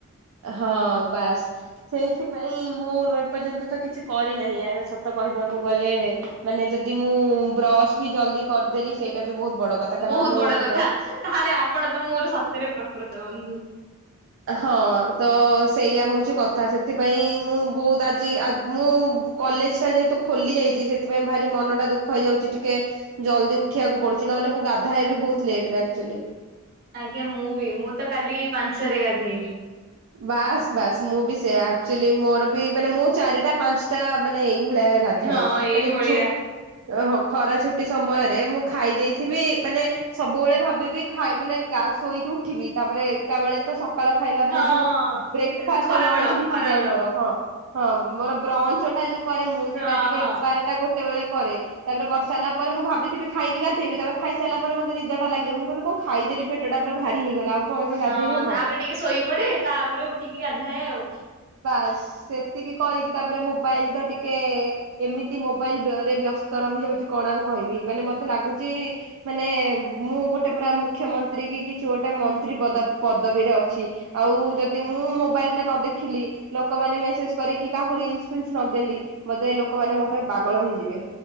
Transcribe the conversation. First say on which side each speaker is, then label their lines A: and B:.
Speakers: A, on the right; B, on the right.
A: ହଁ ବାସ୍। ସେଇଥିପାଇଁ ମୁଁ ଏପର୍ଯ୍ୟନ୍ତ ତ କିଛି କରିନାହିଁ ଆ, ସତ କହିବାକୁ ଗଲେ। ମାନେ ଯଦି ମୁଁ ବ୍ରସ ବି ଜଲଦି କରିଦେଲି, ସେଇଟା ବି ବହୁତ ବଡ କଥା। କାରଣ
B: ବହୁତ
A: ମୁଁ
B: ବଡ କଥା,
A: ବ୍ର
B: ତାହେଲେ ଆପଣ ତ ମୋର ସତ୍ୟରେ ପ୍ରକୃତ ବନ୍ଧୁ।
A: ହଁ ତ ସେଇୟା ହଉଛି କଥା। ସେଥିପାଇଁ ମୁଁ ବହୁତ ଆଜି ମୁଁ କଲେଜ ଟା ଯେହେତୁ ଖୋଲି ଯାଇଛି, ସେଥିପାଇଁ ଭାରି ମନ ଟା ଦୁଃଖ ହେଇଯାଉଛି ଟିକେ। ଜଲ୍ଦି ଉଠିବାକୁ ପଡୁଛି, ନହେଲେ ମୁଁ ଗାଧାଏ ବି ବହୁତ ଲେଟରେ ଆକଚୁଆଲି।
B: ଆଜ୍ଞା ମୁଁ ବି, ମୁଁ ତ କାଲି ପାଞ୍ଚଟା ରେ ଗାଧେଇଲି।
A: ବାସ୍ ବାସ୍ ମୁଁ ବି ସେୟା, ଆକ୍ଚୁଆଲି ମୋର ବି ମାନେ ମୁଁ ଚାରିଟା, ପାଞ୍ଚଟା ମାନେ ଏଇଭଳିଆ ଗାଧାଏ
B: ହଁ ଏଇଭଳିଆ।
A: ମାନେ ଛୁ ଓହୋ ଖରା ଛୁଟି ସମୟରେ, ମୁଁ ଖାଇ ଦେଇେଥିବି, ମାନେ ସବୁବେଳେ ଭାବିବି ଖାଇ ମାନେ ଶୋଇକି ଉଠିବି ତାପରେ ଏକା ବଳେ ତ ସକାଳ ଖାଇବା
B: ହଁ
A: ମାନେ ଯୋଉ ବ୍ରେକ୍ଫାଷ୍ଟ
B: ଖରାବେଳ
A: ଆଉ ଲଞ୍ଚ ମିଶିଯାଏ
B: ଖରାବେଳ।
A: ମୋର ହଁ ହଁ ମୋର ବ୍ରଞ୍ଚ ଟା ଯୋଉ କରେ ମୁଁ, ସେଇଟା
B: ହଁ
A: ଟିକେ
B: ହଁ।
A: ବାରଟା ଗୋଟେ ବେଳେ କରେ। ତାପରେ କରସାରିଲା ପରେ ମୁଁ ଭାବିଥିବି ଖାଇକି ଗାଧେଇବି ତାପରେ ଖାଇସାଇଲା ପରେ ମତେ ନିଦ ଟା ଲାଗିବ ମୁଁ କହିବି କଣ ଖାଇଦେଲି ପେଟ ଟା ପୁରା ଭାରି ହେଇଗଲା ଆଉ। କଣ ଏବେ
B: ହଁ
A: ଗାଧେଇ
B: ହଁ
A: ହବ।
B: ତାପରେ ଟିକେ ଶୋଇପଡେ ତାପରେ ଉଠିକି ଗାଧାଏ ଆଉ।
A: ବାସ୍ ସେତିକି କରିକି ତାପରେ ମୋବାଇଲ ତ ଟିକେ ଏମିତି ମୋବାଇଲ ବ୍ୟ ରେ ବ୍ୟସ୍ତ ରହିଯାଉଛି କଣ ଆଉ କହିବି ମାନେ ମତେ ଲାଗୁଚି ମାନେ ମୁଁ ଗୋଟେ ପୁରା ମୁଖ୍ୟମନ୍ତ୍ରୀ କି କିଛି ଗୋଟେ ମନ୍ତ୍ରୀ ପଦ ପଦବୀରେ ଅଛି। ଆଉ ଯଦି ମୁଁ ମୋବାଇଲ ଟା ନ ଦେଖିଲି। ଲୋକମାନେ ମେସେଜ କରି କି କାହାକୁ ରିଲସ ଫିଲସ ନ ଦେଲି ବଦେ ଲୋକମାନେ ମୋ ପାଇଁ ପାଗଳ ହେଇଯିବେ।